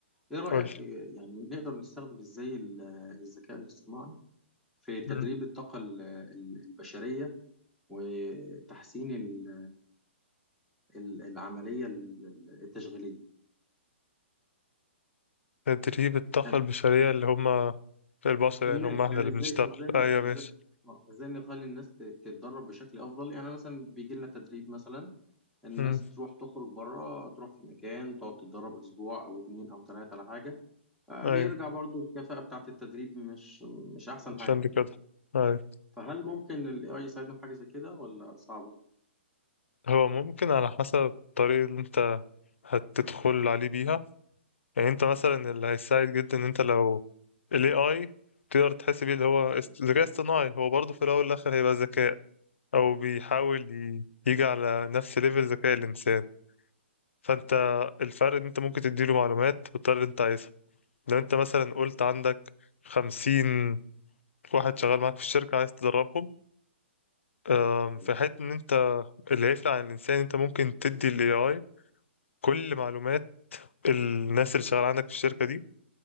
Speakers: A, in the centre; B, on the left (about 80°).
A: ايه رايك
B: قول
A: آه، يعني نقدر نستخدم ازاي ال- آه، الذكاء الاصطناعي في تدريب
B: مم.
A: الطاقه ال- ال- البشريه وتحسين ال- ال- العمليه ال- ال- التشغيليه
B: تدريب الطاقة
A: يعني
B: البشرية اللي هما البشر يعني
A: الناس
B: هما احنا
A: يعني
B: اللي
A: ازاي
B: بنشتغل
A: ازاي
B: أيوة ماشي
A: ازاي آه، ازاي نخلي الناس ت- تتدرب بشكل افضل يعني مثلا بيجي لنا تدريب مثلا الناس
B: مم،
A: تروح تخرج بره تروح في مكان تقعد تتدرب اسبوع او اتنين او تلاتة على حاجة آه،
B: أيوة
A: بيرجع برضو الكفاءة بتاعة التدريب مش مش احسن
B: عشان
A: حاجة
B: دي كده أيوة
A: فهل ممكن ال AI يساعدنا في حاجة زي كده ولا صعبة
B: هو ممكن على حسب الطريقة اللي أنت هتدخل عليه بيها يعني انت مثلا اللي هيساعد جدا ان انت لو ال AI تقدر تحس بيه اللي هو است- ذكاء اصطناعي هو برضه في الأول والآخر هيبقى ذكاء أو بيحاول ي- يجي على نفس ليفل ذكاء الإنسان فأنت الفرق إن أنت ممكن تديله معلومات بالطريقة اللي أنت عايزها لو أنت مثلا قلت عندك خمسين واحد شغال معاك في الشركة عايز تدربهم آم،
A: تمام
B: في حيث إن أنت اللي هيفرق عن الإنسان أنت ممكن تدي ال AI كل معلومات الناس اللي شغالة عندك في الشركة دي